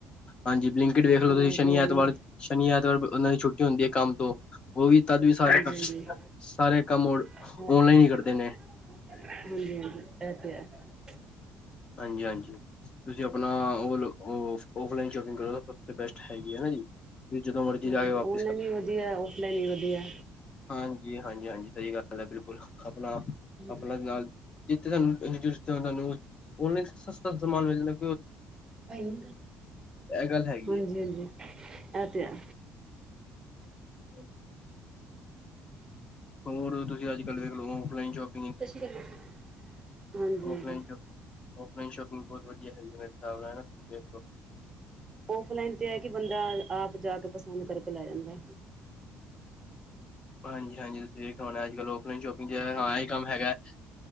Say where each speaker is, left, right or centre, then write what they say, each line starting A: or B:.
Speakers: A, on the left; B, on the right.
A: ਹਾਂਜੀ ਬਲਿੰਕਿਟ ਵੇਖ ਲੋ
B: ਉਹਨਾਂ
A: ਤੁਸੀਂ
B: ਨੇ
A: ਸ਼ਨੀ
B: ਤੇ ਔਨਲਾਈਨ
A: ਐਤਵਾਰ, ਸ਼ਨੀ ਐਤਵਾਰ ਉਹਨਾਂ ਦੀ ਛੁੱਟੀ ਹੁੰਦੀ ਹੈ ਕੰਮ ਤੋਂ ਉਹ ਵੀ ਤਦ ਵੀ ਸਾਰੇ,
B: ਹਾਂਜੀ ਹਾਂਜੀ
A: ਸਾਰੇ ਕੰਮ ਹੁਨ,
B: ਅ
A: ਔਨਲਾਈਨ ਹੀ ਕਰਦੇ ਨੇ
B: ਹਾਂਜੀ -ਹਾਂਜੀ, ਇਹ ਤੇ ਹੈ
A: ਹਾਂਜੀ- ਹਾਂਜੀ ਤੁਸੀਂ ਆਪਣਾ, ਓ ੳਫਲਾਈਨ ਸ਼ੋਪਿੰਗ ਕਰੋ ਸਭ ਤੋਂ ਬੈਸਟ ਹੈਗੀ ਹੈਨਾ ਜੀ ਤੁਸੀਂ ਜਦੋਂ ਮਰਜ਼ੀ
B: ਹਾਂਜੀ
A: ਜਾਯੋ ਆਪਾ
B: ਔਨਲਾਈਨ ਵੀ ਵਧੀਆ, ਔਫਲਾਈਨ ਹੀ ਵਧੀਆ
A: ਹਾਂਜੀ- ਹਾਂਜੀ- ਹਾਂਜੀ ਸਹੀ ਗੱਲ ਹੈ, ਬਿਲਕੁਲ, ਅਪਨਾ,
B: ਹਾਂਜੀ
A: ਅਪਨਾ ਨਾਲ ਜਿੱਥੇ <unintelligible> ਲਾਈਨ ਸਸਤਾ ਸਮਾਨ ਮਿਲ ਜਾਂ
B: ਹਾਂਜੀ
A: ਗੱਲ ਹੈਗੀ
B: -ਹਾਂਜੀ ਇਹ ਤੇ ਹੈ
A: ਹ <inaudible> ਹੋਰ, ਤੁਸੀਂ ਅੱਜ- ਕੱਲ ਵੇਖ ਲੋ, ਔਫਲਾਈਨ ਸ਼ੋਪ
B: ਹਾਂਜੀ ਹਾਂ
A: ਔਫਲਾਈਨ ਸ਼ੋਪ ਔਫਲਾਈਨ ਸ਼ੋਪਿੰਗ ਬਹੁਤ ਵਧੀਆ ਹੈਗੀ ਮੇਰੇ ਹਿਸਾਬ ਨਾਲ ਨਾ, ਤੁਸੀਂ ਵੇਖ ਲੋ
B: ੳਫਲਾਈਨ ਤੇ ਹੈ ਕਿ ਬੰਦਾ, ਆਪ ਜਾ ਕੇ ਪਸੰਦ ਕਰਕੇ ਲੈ ਜਾਂਦਾ
A: ਹਾਂਜੀ- ਹਾਂਜੀ ਤੁਸੀਂ ਵੇਖਿਆ ਹੋਨਾ, ਅੱਜ- ਕੱਲ੍ਹ ਓਫਲਾਈਨ ਸ਼ੋਪਿੰਗ ਹਾਂ ਇਹ ਕੰਮ ਹੈਗਾ ਹੈ